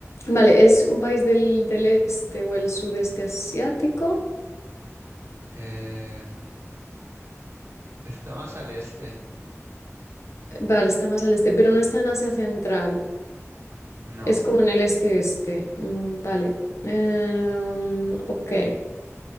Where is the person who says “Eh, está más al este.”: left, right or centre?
Right